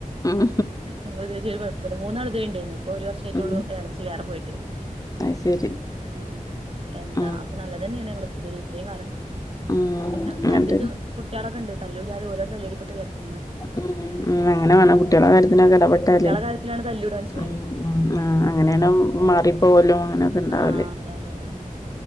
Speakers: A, on the left; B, on the right.
A: ഉം
B: ഞങ്ങള് ഇത് വരീ ഒരു കൊഴപ്പുല്ല. മൂന്നാള് ഇതീ ഇണ്ടേയ്ന്നു. ഇപ്പൊ ഒരു വർഷായിട്ടൊള്ളൂ
A: ഉം
B: ഒരു എളച്ചി വേറെ പോയിട്ട്.
A: അത് ശരി
B: ഉം എന്താ
A: ഉം
B: അപ്പൊ നല്ലതന്നേണ് ഞങ്ങള് ഇത് വരേ ഇത്രീ കാലം.
A: ഉം
B: ഞങ്ങക്ക്
A: എന്നിട്ട്
B: രണ്ടീച്ചെ കുട്ട്യേളൊക്കെ ഇണ്ട്. തല്ലൂട്യാലും ഓലാണ്ട് തല്ലൂടികോട്ടെ വിചാര്ച്ചും.
A: ഉം ഉം അങ്ങനെ വേണം. കുട്ട്യേളെ കാര്യത്തിനൊക്കെ എടപെട്ടാലേ
B: കുട്ട്യാളെ കാര്യത്തിലാണ് തല്ലൂടാ മനുഷ്യന്മാര്
A: ഉം. ഉം ആ അങ്ങനേണ് മാറിപ്പോവലും അങ്ങനൊക്കെ ഇണ്ടാവല്.
B: ആഹ് ആഹ് അതാണ്ടാലെ ഉം